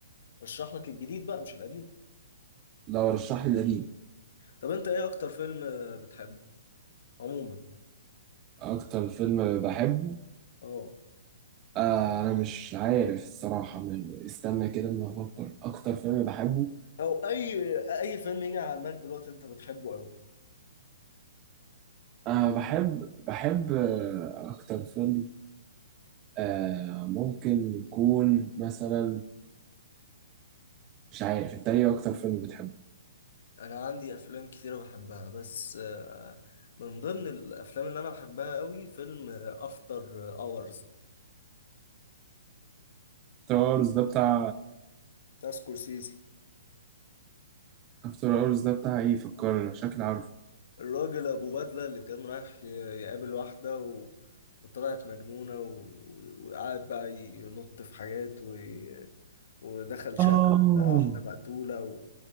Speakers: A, on the left; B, on the right.
A: رشح لك الجديد بقى مش القديم
B: لو رشح لي القديم
A: طب انت ايه اكتر فيلم بتحبه عموما
B: اكتر فيلم بحبه
A: اه
B: آه انا مش عارف الصراحه م- استنى كده اما افكر اكتر فيلم بحبه
A: او اي اي فيلم يجي على دماغك دلوقتي انت بتحبه قوي
B: انا بحب بحب آه، اكتر فيلم آه ممكن يكون مثلا مش عارف انت ايه اكتر فيلم بتحبه
A: انا عندي افلام كتيره بحبها بس آه، من ضمن الافلام اللي انا بحبها قوي فيلم افتر اورز
B: افتر اورز ده بتاع
A: بتاع سكورسيزي
B: افتر اورز ده بتاع ايه فكرني شكلي عارف
A: الراجل ابو بدله اللي كان رايح ي- يقابل واحده و... وطلعت مجنونه و... وقعد بقى ينط في حاجات و... ودخل
B: آه
A: شقه لقى واحده مقتوله و...